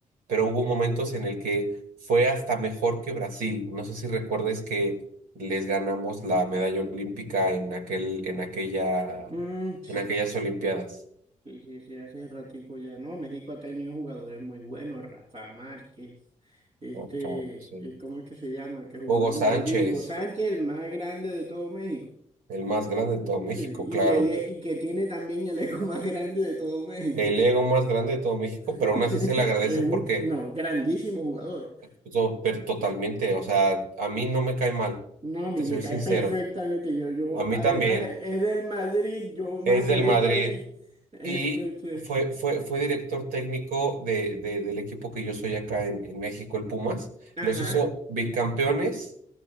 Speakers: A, on the right; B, on the right.
A: pero hubo momentos en el que fue hasta mejor que Brasil. No sé si recuerdes que les ganamos la medalla olímpica en aquel, en aquella,
B: Mm, sí,
A: en aquellas Olimpiadas.
B: sí, sí, sí, hace ratico ya, ¿no? México ha tenido jugadores muy buenos, Rafa Márquez, este,
A: Ah, cabrón, sí.
B: eh, ¿cómo es que se llama? El que jugó
A: Hugo
B: en
A: Sánchez,
B: Madrid, Hugo Sánchez, el más grande de todo México.
A: el más grande de todo México,
B: Sí, y,
A: claro.
B: el, e- y que tiene también el ego <laughs> más grande de todo México.
A: el ego más grande de todo México,
B: <laughs>
A: pero aún así se le agradece
B: Es un,
A: porque
B: no, grandísimo jugador.
A: pues, to- per- totalmente, o sea, a mí no me cae mal,
B: No, a mí
A: te
B: me
A: soy
B: cae
A: sincero,
B: perfectamente. Yo, yo,
A: a mí
B: además
A: también,
B: es del Madrid, yo más
A: es
B: feliz
A: del Madrid
B: todavía. Entonces,
A: y fue, fue, fue director técnico de, de- del equipo que yo soy acá en, en México, el Pumas,
B: ajá.
A: los hizo bicampeones